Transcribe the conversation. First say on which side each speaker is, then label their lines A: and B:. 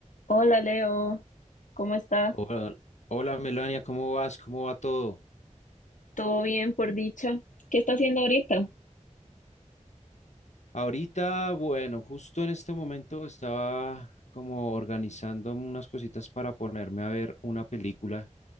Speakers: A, on the left; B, on the left.
A: Hola Leo, ¿cómo está?
B: Hola, hola Melania, ¿cómo vas? ¿Cómo va todo?
A: ¿Todo bien por dicha? ¿Qué está haciendo ahorita?
B: Ahorita, bueno, justo en este momento estaba como organizando unas cositas para ponerme a ver una película